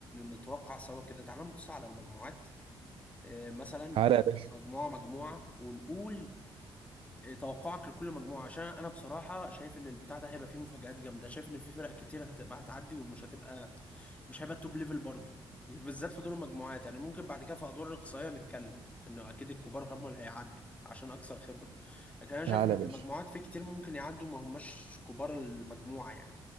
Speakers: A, on the left (about 15°); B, on the right (about 85°).
A: نتوقع سوا كده تعال نبص على المجموعات آه، مثلا
B: تعالى يا باشا
A: مجموعة مجموعة ونقول آه، توقعك لكل مجموعة عشان أنا بصراحة شايف إن البتاع ده هيبقى فيه مفاجآت جامدة شايف إن في فرق كتير هتبقى هتعدي ومش هتبقى مش هيبقى التوب ليفل برضه بالذات في دور المجموعات يعني ممكن بعد كده في أدوار الإقصائية نتكلم إنه أكيد الكبار هم اللي هيعدوا عشان أكثر خبرة لكن أنا شايف
B: تعالى
A: إن
B: يا
A: في
B: باشا
A: المجموعات في كتير ممكن يعدوا ما هماش كبار المجموعة يعني